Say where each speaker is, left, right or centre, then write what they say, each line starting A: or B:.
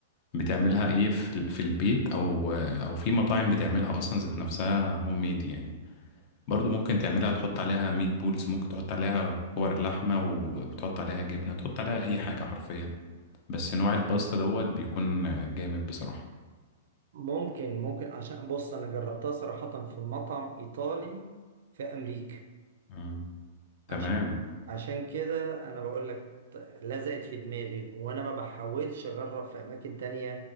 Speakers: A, on the left (about 30°); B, on the right (about 60°).
A: بتعملها ايه في ال- في البيت او او في مطاعم بتعملها اصلا ذات نفسها هوم ميد يعني برضو ممكن تعملها تحط عليها ميت بولز ممكن تحط عليها كور لحمه وتحط عليها جبنه تحط عليها اي حاجه حرفيا بس نوع الباستا دوت بيكون جامد بصراحه
B: ممكن ممكن عشان بص انا جربتها صراحة في مطعم ايطالي في امريكا
A: مم. تمام
B: عشان عشان كده انا بقول لك ت- لزقت في دماغي وانا ما بحاولش اجرب في اماكن تانية